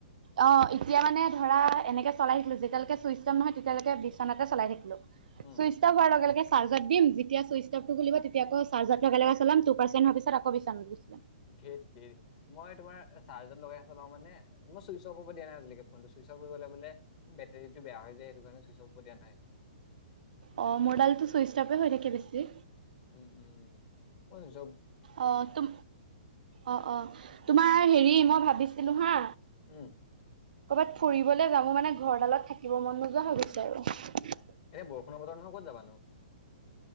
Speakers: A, on the right (about 65°); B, on the left (about 45°).
A: অ! এতিয়া মানে ধৰা এনেকে চলাই <unintelligible> চুইস্ত অফ তেতিয়ালকে তেনেকে চলাই থাকিলো।
B: উম
A: চুইচ অফ হোৱাৰ লগে লগে, চাৰ্জত দিম যেতিয়া ছুইচ অফটো খুলিব তেতিয়া তিয়া আকৌ ৰ্জাৰটো একেলগ চলাম পাৰ্চেট হোৱাৰ পিছত আকৌ বিচনাত গুছি যাম।
B: <unintelligible> মই তোমাৰ চাৰ্জ লগাই চলাও মানে মই, চইচ অফ' দিয়া নাইজকে ফোনটো ছুইচফ হৈ গলে বোলে বেটৰীটো বেয়া হৈ য সটো কাৰণে ছুইচ অফব দিয়া নাই,
A: অ মোৰডালটো চুইচ অপে হৈ থাকে বেছি,
B: উম! উম! উ ম
A: অ ত অ অ তোমাৰ হেৰি মই ভাবিছিলোঁ হা
B: উম!
A: কৰ'ৰবাত ফুৰিবলে যাব মানে ঘৰ ডালত থাকিব মন নোযোৱা হৈ গৈছে আৰু
B: এতিয়া বৰষুণৰ বতৰ নহয় ক'ত যাবানো-